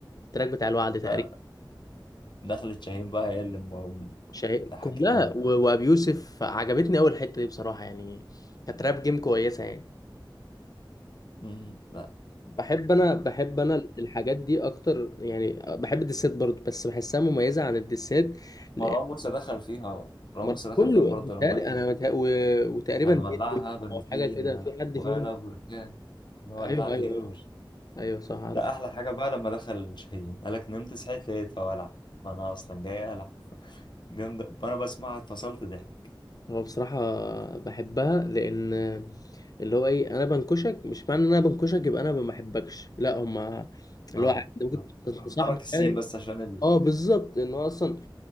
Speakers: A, on the left (about 45°); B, on the left (about 60°).
A: التراك بتاع الوعد تقريبا
B: لا دخلت شاهين بقى هي اللي م-
A: شيء
B: ضحكتني
A: كلها
B: موت
A: و- وابي يوسف عجبتني اول حتة دي بصراحة يعني كانت راب جيم كويسة يعني
B: مم، لا
A: بحب انا بحب انا الحاجات دي اكتر يعني بحب الدسات برضو بس بحسها مميزه عن الدسات
B: مروان
A: لأن
B: موسى دخل فيها مروان
A: مر-
B: موسى دخل
A: كله
B: فيهم برضه
A: بيتهيألي-
B: لما قال
A: انا متهيأ- و... وتقريبا
B: مش هنولعها
A: دينيو
B: بنزينة
A: او حاجه كده في حد
B: ولا
A: فيهم
B: بركان نولعها
A: ايوه ايوه ايوه
B: هيروج
A: ايوه صح عارف
B: لا أحلى حاجة بقى لما دخل شاهين قالك نمت صحيت لقيتها ولع وأنا أصلا جاي ألع <laughs> جامدة وأنا بسمعها اتفصلت ضحك
A: هو بصراحه بحبها لان اللي هو ايه انا بنكشك مش معنى ان انا بنكشك يبقى انا ما بحبكش لا هما اللي
B: اه
A: هو عادي، ممكن
B: بالظبط.
A: تصاحبك
B: حرك السين
A: يعني
B: بس عشان ال-
A: اه بالظبط ان هو اصلا